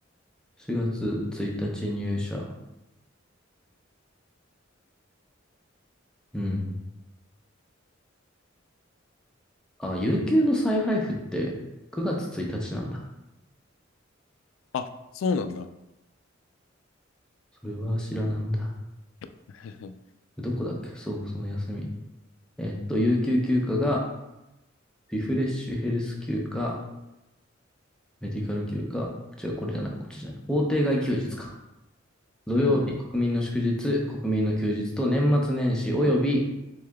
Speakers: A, in the centre; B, on the left.
A: 4月1日入社。うん。あ、有給の再配布って9月1日なんだ。
B: あ、そうなんだ。
A: それは知らなんだ。
B: <laughs>
A: どこだっけそう、その休み。えっと、有給休暇がリフレッシュヘルス休暇、メディカル休暇、違う、これじゃない、こっちじゃない。法定外休日か。土曜日、
B: うんうん。
A: 国民の祝日、国民の休日と年末年始および、